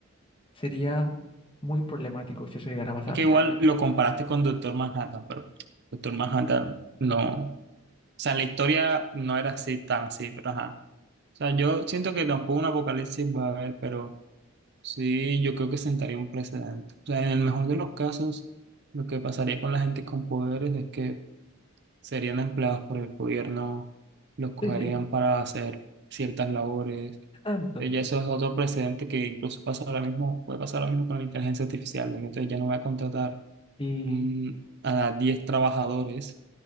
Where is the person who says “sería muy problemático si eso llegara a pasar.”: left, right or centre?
Left